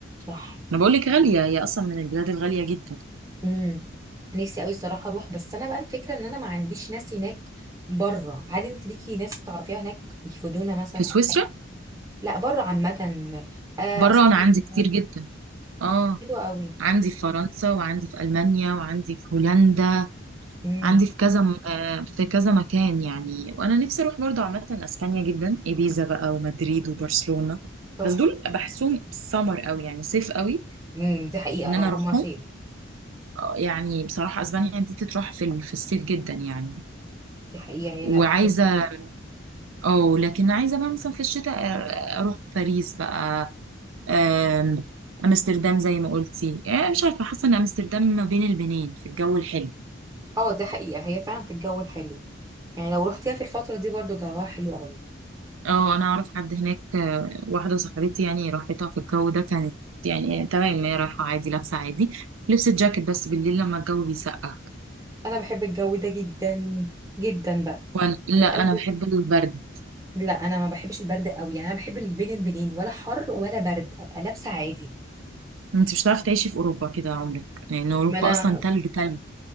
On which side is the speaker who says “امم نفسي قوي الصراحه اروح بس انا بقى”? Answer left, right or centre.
Right